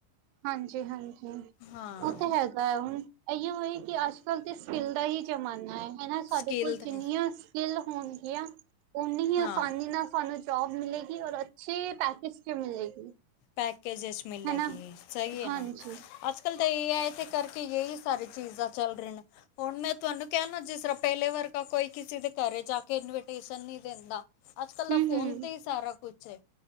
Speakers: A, on the right; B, on the left.
A: ਹਾਂਜੀ, ਹਾਂਜੀ
B: ਹਾਂ
A: ਓ ਤਾ ਹੈਗਾ ਐ ਹੁਣ ਅਈਓ ਹੈ ਕਿ ਅੱਜ ਕੱਲ੍ਹ ਤੇ ਸਕਿੱਲ ਦਾ ਹੀ ਜਮਾਨਾ ਐ ਹੈਨਾ ਸਾਡੇ
B: ਸਕਿੱਲ
A: ਕੋਲ
B: ਤੇ
A: ਜਿੰਨੀਆਂ ਸਕਿੱਲ ਹੋਨਗੀਆਂ, ਓਨੀ ਹੀ
B: ਹਾਂ
A: ਆਸਾਨੀ ਨਾਲ ਸਾਨੂੰ ਜੋਬ ਮਿਲੇਗੀ ਔਰ ਅੱਛੇ ਪੈਕੇਜ ਕੀ ਮਿਲੇਗੀ।
B: ਪੈਕੇਜਜ ਮਿਲੇਗੀ
A: ਹਨਾ
B: ਸਈ
A: ਹਾਂਜੀ-ਹਾਂਜੀ
B: ਐ ਨਾ ਅੱਜ ਕੱਲ ਤਾ ਏ ਆਈ ਤੇ ਕਰਕੇ ਯਹੀ ਸਾਰੀ ਚੀਜ਼ਾਂ ਚੱਲ ਰੀ ਨੇ, ਹੁਣ ਮੈਂ ਤੁਆਨੂੰ ਕਿਆ ਨਾ ਜਿਸ ਤਰ੍ਹਾਂ ਪੈਲੇ ਵਰਗਾ ਕੋਈ ਕਿਸੀ ਦੇ ਘਰੇ ਜਾ ਕੇ ਇਨਵੀਟੇਸ਼ਨ ਨੀ ਦੇਂਦਾ, ਅੱਜ ਕੱਲ ਤਾ
A: ਹੂੰ-ਹੂੰ,
B: ਫੋਨ
A: ਹੂੰ
B: ਤੇ ਈ ਸਾਰਾ ਕੁਛ ਐ।